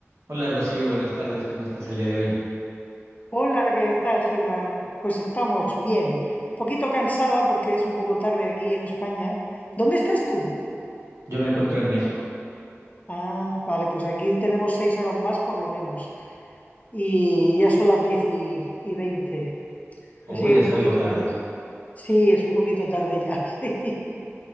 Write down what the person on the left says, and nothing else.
Hola, ¿qué tal, Gibran? Pues estamos bien. Un poquito cansada porque es un poco tarde aquí en España. ¿Dónde estás tú?
Ah, vale, pues aquí tenemos seis horas más por lo menos. Y ya son las diez y, y veinte.
Así que
un poquito
cansada. Sí, es un poquito tarde ya. <laughs> sí.